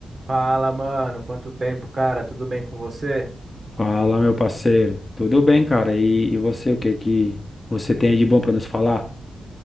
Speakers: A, on the right; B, on the left.
A: Fala, mano. Quanto tempo, cara? Tudo bem com você?
B: Fala, meu parceiro. Tudo bem, cara? E, e você, o que que você tem aí de bom pra nos falar?